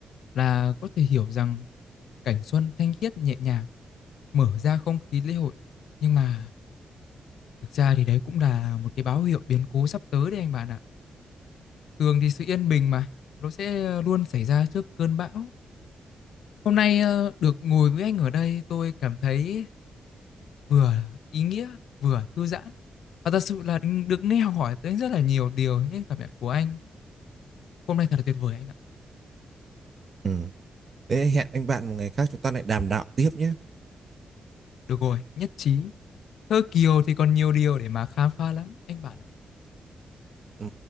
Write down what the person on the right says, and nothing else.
Ừ. Thế hẹn anh bạn một ngày khác chúng ta lại đàm đạo tiếp nhé.
Ừ.